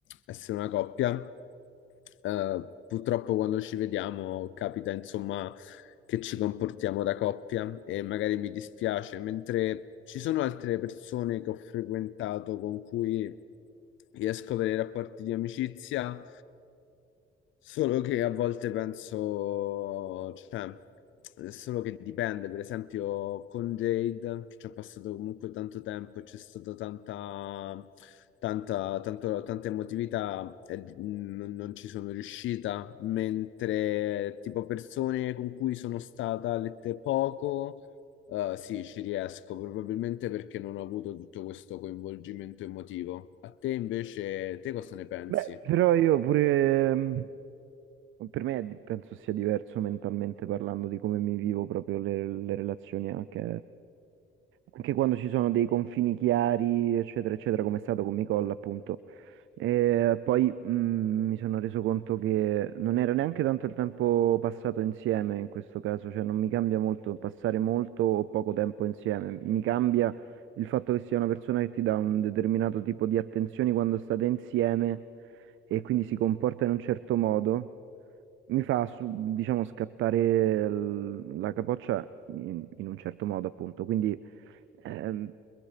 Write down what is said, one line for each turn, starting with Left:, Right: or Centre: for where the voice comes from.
Left: essere una coppia. Eh, purtroppo quando ci vediamo capita insomma che ci comportiamo da coppia e magari mi dispiace, mentre ci sono altre persone che ho frequentato con cui riesco a avere rapporti di amicizia Solo che a volte penso, cioè, è solo che dipende, per esempio con Jade, che ci ha passato comunque tanto tempo e c'è stata tanta, tanta, tanto- tanta emotività e di- non, non ci sono riuscita, mentre tipo persone con cui sono stata lette poco, eh, sì, ci riesco, probabilmente perché non ho avuto tutto questo coinvolgimento emotivo. A te invece, te cosa ne pensi?
Right: Beh, però io pure, mh, per me è di- penso sia diverso mentalmente parlando di come mi vivo proprio le, le relazioni anche. anche quando ci sono dei confini chiari, eccetera, eccetera, come è stato con Micolla, appunto. E poi mh, mi sono reso conto che non era neanche tanto il tempo passato insieme in questo caso, cioè non mi cambia molto passare molto o poco tempo insieme, mi cambia il fatto che sia una persona che ti dà un determinato tipo di attenzioni quando state insieme e quindi si comporta in un certo modo mi fa, su- diciamo, scattare l- la capoccia in, in un certo modo, appunto. Quindi, ehm,